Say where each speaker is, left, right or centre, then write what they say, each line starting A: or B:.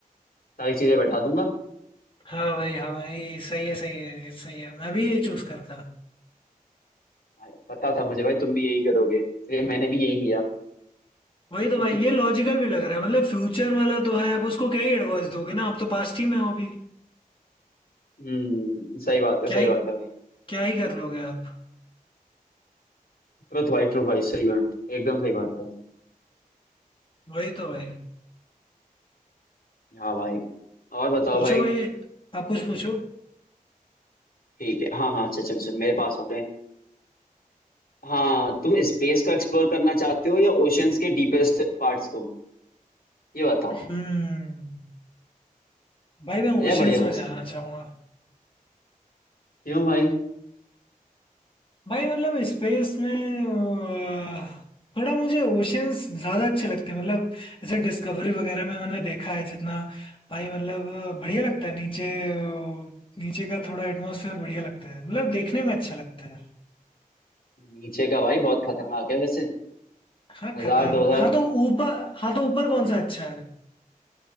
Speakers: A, on the left; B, on the left.
A: सारी चीजें बैठा दूंगा
B: हाँ भाई हाँ भाई सही है सही है सही है मैं भी ये चूज करता
A: भाई, पता था मुझे भाई तुम भी यही करोगे इसलिए मैंने भी यही किया
B: वही
A: <laughs>
B: तो भाई ये लॉजिकल भी लग रहा है मतलब फ्यूचर वाला तो है आप उसको क्या ही एडवाइस दोगे ना आप तो पास्ट ही में हो अभी
A: हम्म सही बात है
B: क्या
A: सही
B: ही
A: बात है भाई
B: क्या ही कर लोगे आप
A: ट्रुथ भाई ट्रू भाई सही बात एकदम सही बात है
B: वही तो भाई
A: हाँ भाई और बताओ
B: पूछो
A: भाई
B: भाई आप कुछ पूछो
A: ठीक है हाँ हाँ चल चल चल मेरे पास आ रहे हैं हाँ तुम स्पेस को एक्सप्लोर करना चाहते हो या ओशंस के डीपेस्ट पार्ट्स को ये बताओ
B: हम्म भाई मैं
A: यह
B: ओशियंस
A: बढ़िया क्वेश्चन
B: में जाना चाहूंगा
A: क्यों भाई
B: भाई मतलब स्पेस में अ, थोड़ा मुझे ओशियंस ज्यादा अच्छे लगते हैं मतलब जैसे डिस्कवरी वगैरह में मैंने देखा है जितना भाई मतलब अ, बढ़िया लगता है नीचे अ, नीचे का थोड़ा एटमॉस्फेयर बढ़िया लगता है मतलब देखने में अच्छा लगता है
A: नीचे का भाई बहुत खतरनाक है वैसे
B: हाँ
A: हजार
B: खतर
A: दो हजार
B: हाँ तो ऊपर हाँ तो ऊपर कौन सा अच्छा है